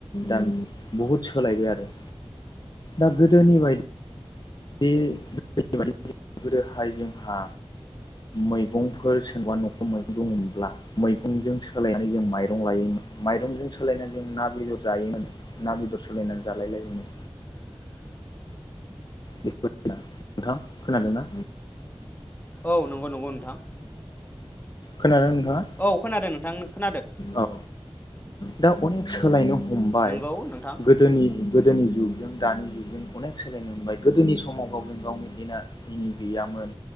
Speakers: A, on the left; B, on the left.
A: दा बुहुत सोलायबाय दा गोदोनि बायदि बे ग <unintelligible> गोदोनाय जोंहा मैगंफोर सोरबा न'खराव मैगं दंमोनब्ला मैगंजों सोलायनानै जों माइरं लायोमोन। माइरंजों सोलायनानै जों ना बेदर जायोमोन ना बेदर सोलायनानै जालाय लायोमोन।
B: <inaudible>
A: <unintelligible> नोंथां खोनादोंना?
B: औ नंगौ नंगौ नोंथां।
A: खोनादों नोंथाङा
B: औ खोनादों नोंथां खोनादों।
A: औ दा अनेक सोलायनो हमबाय
B: नंगौ नोंथां
A: गोदोनि गोदोनि जुग जों दानि जुगजजों अनेक सोलायनो मोनबाय गोदोनि समाव गावजों गावनि एना एनि गैयामोन।